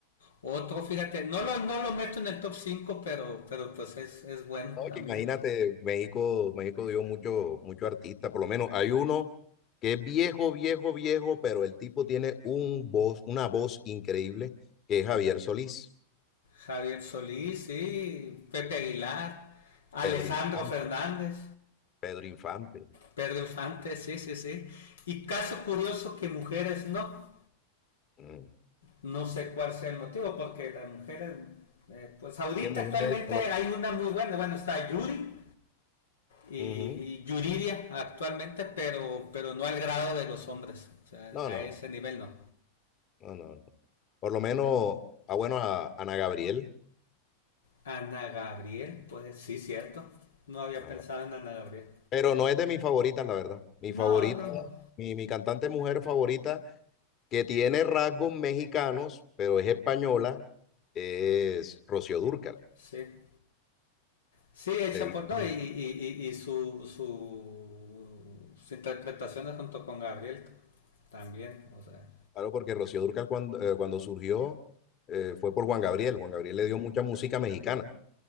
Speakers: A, on the left; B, on the left.
A: Otro, fíjate, no lo, no lo meto en el top 5 pero, pero pues es, es bueno
B: No,
A: también.
B: que imagínate, México, México dio mucho, mucho artista, por lo menos hay uno que es viejo, viejo, viejo, pero el tipo tiene un voz, una voz increíble, que es Javier Solís,
A: Javier Solís, sí, Pepe Aguilar, Alejandro
B: Pedro Infante,
A: Fernández,
B: Pedro Infante.
A: Pedro Infante, sí, sí, sí. Y caso curioso que mujeres no.
B: Mm.
A: No sé cuál sea el motivo, porque las mujeres, eh, pues ahorita
B: ¿Qué mujeres?
A: actualmente
B: por
A: hay
B: lo-
A: una muy buena, bueno, está Yuri y,
B: Ujú.
A: y Yuridia actualmente, pero, pero no al grado de los hombres, o sea,
B: No,
A: a
B: no,
A: ese nivel no.
B: no, no, no. Por lo menos, ah, bueno, a Ana Gabriel.
A: Ana Gabriel, pues sí, cierto. No había
B: Ana
A: pensado en Ana Gabriel.
B: Pero no es de mis favoritas, la verdad. Mi
A: No,
B: favorita,
A: no, no.
B: mi, mi cantante mujer favorita, que tiene rasgos mexicanos, pero es española, es Rocío Dúrcal.
A: Sí. Sí, el
B: Le
A: Chapo,
B: dicen,
A: no, y, y, y- y su, su, sus interpretaciones junto con Gabriel también, o sea,
B: claro, porque Rocío Dúrcal cuando, eh, cuando surgió eh, fue por Juan Gabriel. Juan Gabriel le dio mucha música mexicana.